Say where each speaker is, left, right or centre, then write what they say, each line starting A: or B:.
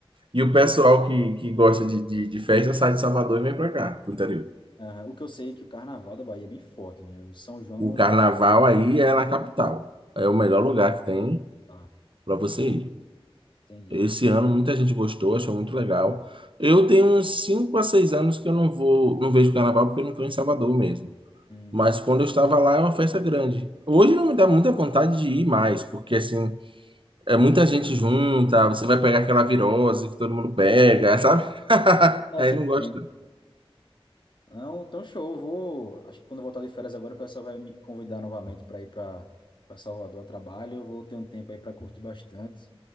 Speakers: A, on the right (about 60°); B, on the left (about 55°).
A: E
B: O
A: o
B: que
A: pessoal
B: eu sei,
A: que, que gosta de, de, de festa sai de Salvador e vem para cá, pro interior.
B: aham, o que eu sei é que o carnaval da Bahia é bem forte, né? O São João.
A: O carnaval aí é na capital. É o melhor lugar que tem
B: Ah,
A: para você ir.
B: entendi.
A: Esse ano muita gente gostou, achou muito legal. Eu tenho uns 5 a 6 anos que eu não vou, não vejo carnaval porque eu não estou em Salvador mesmo.
B: Hum,
A: Mas quando eu estava lá é uma festa grande. Hoje não me dá muita vontade de ir mais, porque assim, é muita gente junta, você vai pegar aquela virose que todo mundo pega, sabe? <laughs>
B: É,
A: Aí
B: sempre
A: não gosto.
B: tem. Não, então show. eu Vou. Acho que quando eu voltar de férias agora, o pessoal vai me convidar novamente para ir para para Salvador a trabalho. Eu vou ter um tempo aí para curtir bastante.